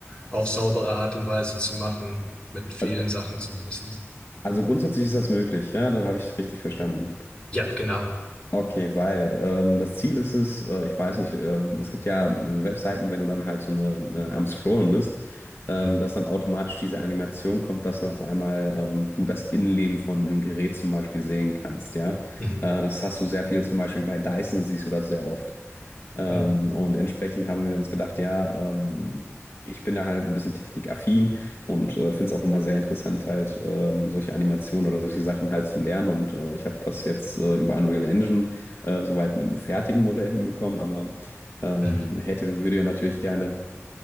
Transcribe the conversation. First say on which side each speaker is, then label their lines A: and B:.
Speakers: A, on the left; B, on the left.
A: auf saubere Art und Weise zu machen. Mit vielen
B: Al-
A: Sachen zumindest.
B: Also grundsätzlich ist das möglich, ja, dann habe ich richtig verstanden.
A: Ja, genau.
B: Okay, weil ähm, das Ziel ist es, äh, ich weiß nicht, ähm, es gibt ja äh, Webseiten, wenn du dann halt so eine, eine am Scrollen bist, ähm,
A: Mhm.
B: dass dann automatisch diese Animation kommt, dass dann auf einmal ähm, du das Innenleben von einem Gerät zum Beispiel sehen kannst, ja.
A: Mhm.
B: Äh, das hast du sehr viel, zum Beispiel bei Dyson siehst du das sehr oft. Ähm,
A: Mhm.
B: und entsprechend haben wir uns gedacht, ja, ähm, ich bin da halt ein bisschen technikaffin und äh, finde es auch immer sehr interessant, halt ähm, solche Animationen oder solche Sachen halt zu lernen. Und äh, ich habe das jetzt äh, über Unreal Engine äh, soweit mit einem fertigen Modell hinbekommen, aber ähm,
A: Mhm.
B: hätte, würde ja natürlich gerne